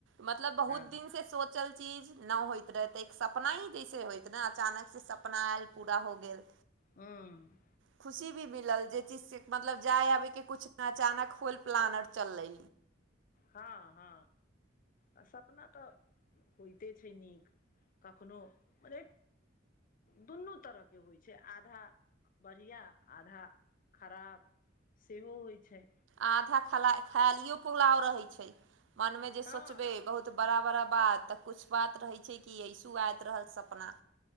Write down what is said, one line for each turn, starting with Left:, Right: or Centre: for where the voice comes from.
Right: मतलब बहुत
Left: हँ
Right: दिन से सोचल चीज नहि होइत रहै तऽ एक सपना ही जैसे होइत ने अचानक से सपना आयल पूरा हो गेल
Left: हू
Right: खुशी भी मिलल जे चीज से मतलब जाय आबे के कुछ अचानक खुल पलानट चललै
Left: हॅ हॅ आ सपना तऽ होइते छै नीक कखननो मने दुनू तरहके होइ छै आधा बढ़िआँ आधा खराब सेहो होइत छै
Right: आधा ख खायलियो पुलाव रहैत छै मनमे जे
Left: हँ
Right: सोचबै बहुत तऽ बड़ा बड़ा बात तऽ कछु बात रहै छै कि ऐसू आयइत रहल सपना